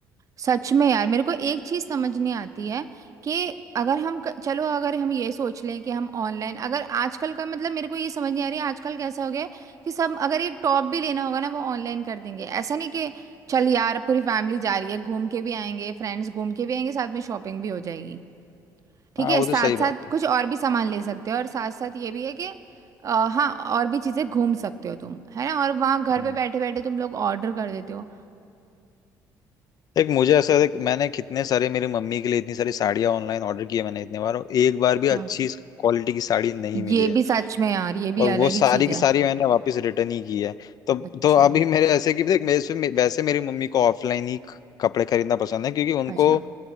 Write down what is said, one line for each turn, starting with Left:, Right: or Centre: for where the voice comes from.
Right: सच में यार मेरे को एक चीज समझ नहीं आती है कि अगर हम क- चलो अगर हम ये सोच लें कि हम ऑनलाइन अगर आजकल का मतलब मेरे को ये समझ नहीं आ रही है, आजकल कैसा हो गया है कि सब अगर एक टॉप भी लेना होगा ना वो ऑनलाइन कर देंगे ऐसा नहीं कि चल यार पूरी फैमिली जा रही है घूम के भी आएंगे फ्रेंड्स घूम के भी आएंगे साथ में शॉपिंग भी हो जाएगी ठीक
Left: हाँ
Right: है
Left: वो
Right: साथ
Left: तो सही बात
Right: साथ कुछ और भी सामान ले सकते हो और साथ साथ ये भी है कि अ, हाँ और भी चीजें घूम सकते हो तुम है ना और वहाँ घर
Left: है
Right: पे बैठे बैठे तुम लोग ऑर्डर कर देते हो
Left: एक मुझे ऐसा है कि मैंने कितने सारे मेरी मम्मी के लिए इतनी सारी साड़ियाँ ऑनलाइन ऑर्डर की है मैंने इतने बार और एक बार भी
Right: हाँ।
Left: अच्छी क्वालिटी की साड़ी नहीं मिली
Right: ये
Left: है
Right: भी सच में यार ये भी
Left: और वो
Right: अलग
Left: सारी
Right: ही चीज
Left: की
Right: है
Left: सारी मैंने वापस रिटर्न ही की है तो
Right: अच्छा
Left: तो अभी मेरे ऐसे कि देख मेरे से- वैसे मेरी मम्मी को ऑफलाइन ही कपड़े खरीदना पसंद है क्योंकि उनको
Right: अच्छा